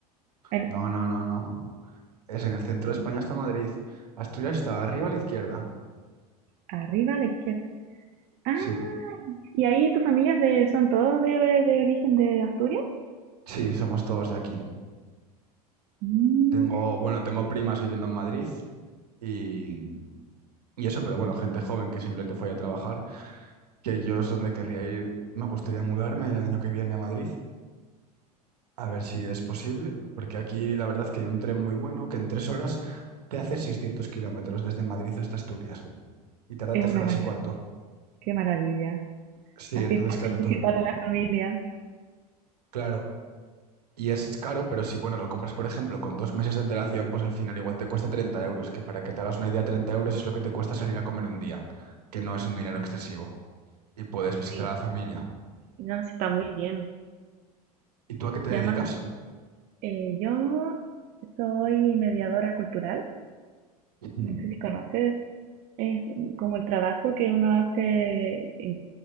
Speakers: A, on the right; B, on the right.
A: En-
B: no, no, no, no. Es en el centro de España está Madrid. Asturias está arriba a la izquierda.
A: arriba a la izquierda. Ah,
B: Sí,
A: y ahí tu familia es de, son todos de, de origen de Asturias.
B: sí, somos todos de aquí.
A: Mm,
B: Tengo, bueno, tengo primas viviendo en Madrid y, y eso, pero bueno, gente joven que simplemente fue a trabajar. que yo es donde querría ir. Me gustaría mudarme el año que viene a Madrid, a ver si es posible, porque aquí la verdad que hay un tren muy bueno que en tres horas te hace 600 kilómetros desde Madrid hasta Asturias y tarda
A: es
B: tres
A: una
B: horas
A: maravilla.
B: y cuarto.
A: Qué maravilla.
B: Sí,
A: Así
B: entonces
A: es fácil
B: claro,
A: visitar
B: tú-
A: a la familia.
B: claro. Y es caro, pero si bueno, lo compras, por ejemplo, con dos meses de antelación, pues al final igual te cuesta 30 euros, que para que te hagas una idea, 30 euros es lo que te cuesta salir a comer un día, que no es un dinero excesivo. Y puedes visitar
A: Sí.
B: a la familia.
A: No, sí, está muy bien.
B: ¿Y tú a qué te
A: Llama,
B: dedicas?
A: eh, yo soy mediadora cultural,
B: Mm.
A: no sé si conoces, es como el trabajo que uno hace en-